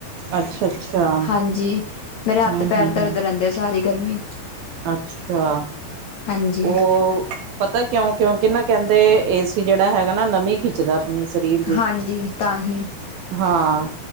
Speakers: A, on the right; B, on the left.
A: ਅੱਛਾ ਅੱਛਾ
B: ਹਾਂਜੀ ਮੇਰੇ ਹੱਥ
A: ਹੂੰ
B: ਪੈਰ
A: ਹੂੰ
B: ਦਰਦ
A: ਹੂੰ
B: ਰਹਿੰਦੇ ਸਾਰੀ ਗਰਮੀ
A: ਅੱਛਾ।
B: ਹਾਂਜੀ
A: ਉਹ ਪਤਾ ਕਿਉਂ ਕਿਉਂਕਿ ਨਾ ਕਹਿੰਦੇ ਏ ਸੀ ਜਿਹੜਾ ਹੈਗਾ ਨਾ ਨਵੀਂ ਖਿੱਚਦਾ ਆਪਣੇ ਸਰੀਰ ਦੀ
B: ਹਾਂਜੀ ਤਾਂ ਹੀ
A: ਹਾਂ